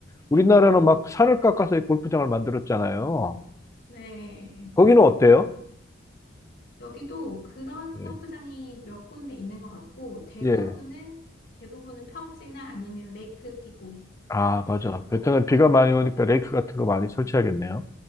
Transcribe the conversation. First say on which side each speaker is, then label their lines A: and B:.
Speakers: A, on the left; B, on the left.
A: 우리나라는 막 산을 깎아서 골프장을 만들었잖아요.
B: 네.
A: 거기는 어때요?
B: 여기도 그런
A: 예,
B: 골프장이 몇 군데 있는 것 같고 대부분은
A: 예.
B: 대부분은 평지나 아니면 레이크 끼고
A: 아,
B: 있어요.
A: 맞아. 베트남 비가 많이 오니까 레이크 같은 거 많이 설치하겠네요.